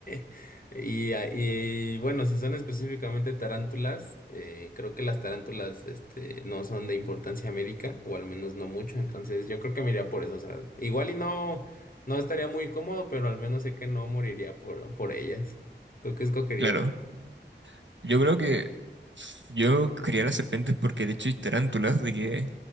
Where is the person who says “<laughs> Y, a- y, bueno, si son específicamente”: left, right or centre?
Left